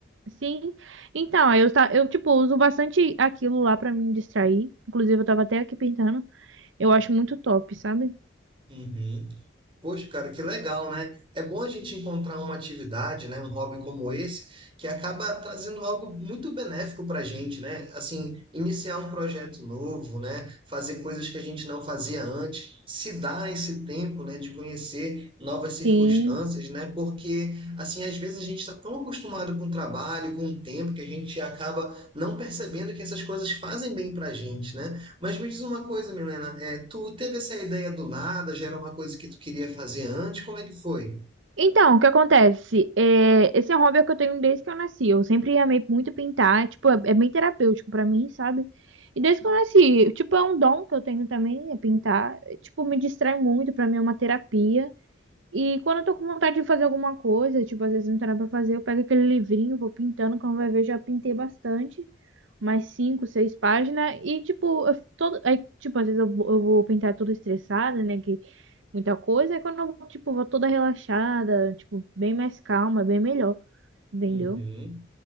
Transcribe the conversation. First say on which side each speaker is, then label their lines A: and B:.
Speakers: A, on the right; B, on the right.
A: Sim. Então, aí eu, ta- eu, tipo, uso bastante aquilo lá pra me distrair. Inclusive, eu tava até aqui pintando. Eu acho muito top, sabe?
B: Uhum. Poxa, cara, que legal, né? É bom a gente encontrar uma atividade, né, um hobby como esse, que acaba trazendo algo muito benéfico para a gente, né? Assim, iniciar um projeto novo, né? Fazer coisas que a gente não fazia antes, se dar esse tempo, né, de conhecer novas circunstâncias,
A: Sim.
B: né? Porque, assim, às vezes a gente está tão acostumado com o trabalho, com o tempo, que a gente acaba não percebendo que essas coisas fazem bem para a gente, né? Mas me diz uma coisa, Milena, é, tu teve essa ideia do nada, já era uma coisa que tu queria fazer antes, como é que foi?
A: Então, o que acontece? É, esse é um hobby que eu tenho desde que eu nasci. Eu sempre amei muito pintar. Tipo, é, é bem terapêutico pra mim, sabe? E desde que eu nasci, tipo, é um dom que eu tenho também, é pintar. Tipo, me distrai muito, pra mim é uma terapia. E quando eu tô com vontade de fazer alguma coisa, tipo, às vezes não tem nada pra fazer, eu pego aquele livrinho, vou pintando, quando vai ver, já pintei bastante, mais cinco, seis páginas, e tipo, eu, todo, aí, tipo, às vezes eu, vou- eu vou pintar tudo estressada, né, que muita coisa, aí quando eu, vou, tipo, vou toda relaxada, tipo, bem mais calma, bem melhor, entendeu?
B: Uhum.